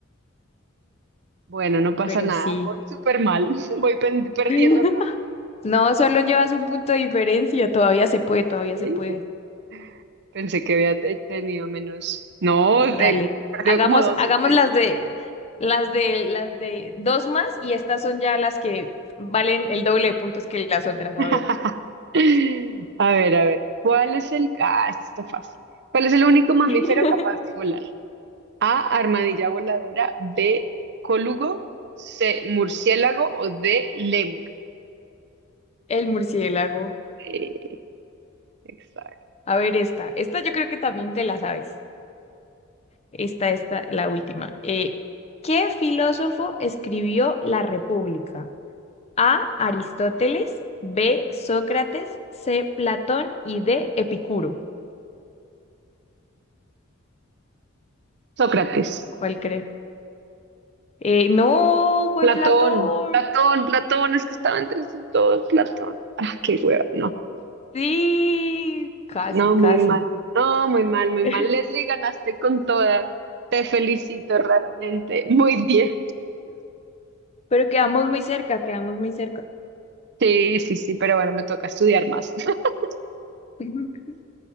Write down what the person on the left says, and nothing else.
pero
sí.
<laughs>
No, solo llevas un punto de diferencia. Todavía se puede,
todavía
se puede.
Dale.
Hagamos,
hagamos
las de Las de, las de dos más y estas son ya las que valen el doble de puntos que las otras. A
ver.
<laughs>
El murciélago.
A ver, esta. Esta yo creo que también te la sabes. Esta, esta, la última. Eh, ¿qué filósofo escribió La República? A. Aristóteles, B. Sócrates, C. Platón y D. Epicuro.
¿Cuál crees? Eh, no, fue
Platón.
Sí, casi,
casi.
<laughs>
Pero quedamos muy cerca, quedamos muy cerca.
<laughs>